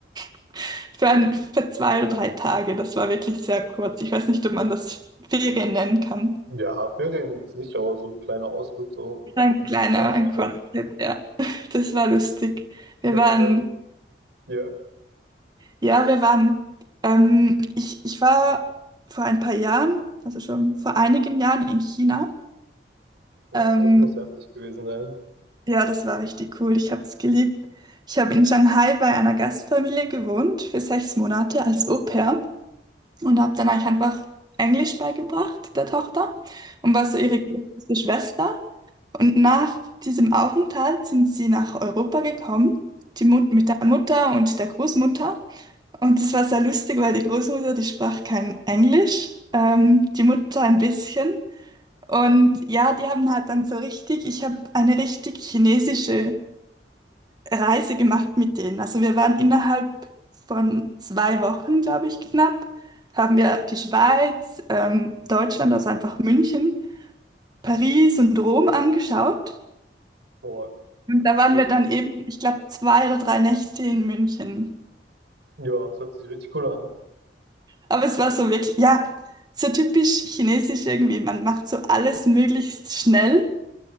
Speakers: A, on the right; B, on the right.
A: <laughs> für, ein, für zwei oder drei Tage. Das war wirklich sehr kurz. Ich weiß nicht, ob man das Ferien nennen kann.
B: Ja, Ferien jetzt nicht, aber so ein kleiner Ausflug so
A: Ein kleiner,
B: ist auch
A: ein
B: nicht schlecht.
A: Kurztrip, ja. <laughs> Das war lustig. Wir
B: Ja,
A: waren
B: was Ja. war? Ja,
A: Ja, wir waren. Ähm, ich, ich war vor ein paar Jahren, also schon vor einigen Jahren in China.
B: boah,
A: Ähm,
B: das muss heftig gewesen sein.
A: ja, das war richtig cool. Ich habe es geliebt. Ich habe in Shanghai bei einer Gastfamilie gewohnt für sechs Monate als Au-pair und habe dann eigentlich einfach Englisch beigebracht, der Tochter, und war so ihre große Schwester. Und nach diesem Aufenthalt sind sie nach Europa gekommen, die Mut mit der Mutter und der Großmutter. Und das war sehr lustig, weil die Großmutter, die sprach kein Englisch, ähm, die Mutter ein bisschen. Und ja, die haben halt dann so richtig, ich habe eine richtig chinesische Reise gemacht mit denen. Also wir waren innerhalb von zwei Wochen, glaube ich, knapp, haben wir die Schweiz, ähm, Deutschland, also einfach München, Paris und Rom angeschaut.
B: Boah,
A: Und da waren
B: das,
A: wir dann eben, ich glaube, zwei oder drei Nächte in München.
B: ja, das hört sich richtig cool an.
A: Aber es war so wirklich, ja, so typisch chinesisch irgendwie. Man macht so alles möglichst schnell